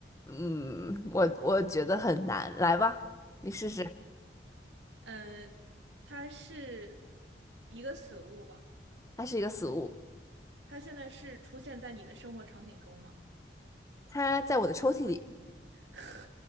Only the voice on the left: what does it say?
嗯，我我觉得很难，来吧，你试试。
它是一个死物，
它在我的抽屉里，